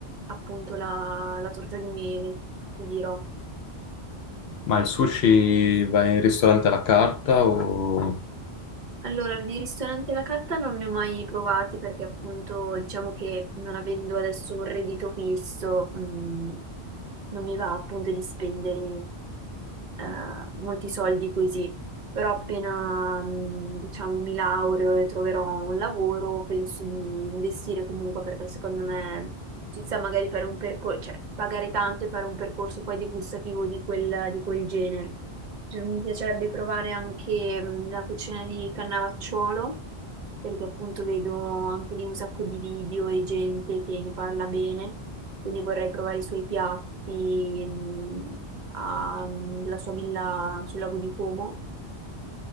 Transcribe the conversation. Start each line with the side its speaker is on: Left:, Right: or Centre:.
Right: appunto la, la torta di mele, ti dirò.
Left: Ma il sushi vai in ristorante alla carta o...
Right: Allora, di ristoranti alla carta non ne ho mai provati perché appunto diciamo che non avendo adesso un reddito fisso, mh, non mi va appunto di spendere eh, molti soldi così però appena, mh, diciamo, mi laureo e troverò un lavoro, penso di investire comunque perché secondo me ci sta magari fare un percorso, cioè pagare tanto e fare un percorso poi degustativo di quel, di quel genere. Cioè, mi piacerebbe provare anche mh, la cucina di Cannavacciuolo, perché appunto vedo anche lì un sacco di video e gente che ne parla bene, quindi vorrei provare i suoi piatti, mh, a- mm, la sua villa sul lago di Como